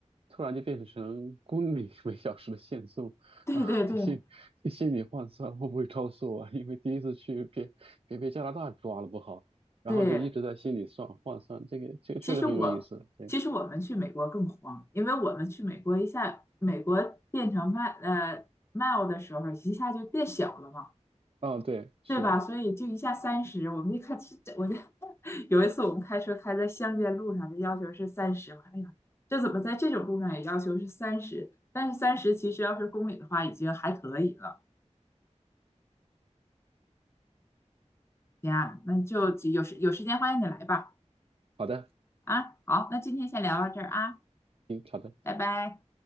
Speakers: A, on the right; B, on the left.
A: 突然就变成公里每小时的限速。
B: 对，
A: 啊，
B: 对，对，
A: 这心这心理换算会不会超速啊？因为第一次去别别被加拿大抓了不好，然后就一直在心里算换算，
B: 对。
A: 这个这个确实很有意思。
B: 其实我，
A: 对，
B: 其实我们去美国更慌，因为我们去美国一下，美国变成迈呃 mile 的时候，一下就变小了嘛，
A: 啊，对，是
B: 对吧？所以就一下三十，我们一看，这这我就有一次我们开车开在乡间路上，就要求是三十。我说，哎呀，这怎么在这种路上也要求是三十？但是三十其实要是公里的话，已经还可以了。行啊，那就有时有时间欢迎你来吧。
A: 好的，
B: 啊，好，那今天先聊到这儿啊，
A: 嗯，好的。
B: 拜拜。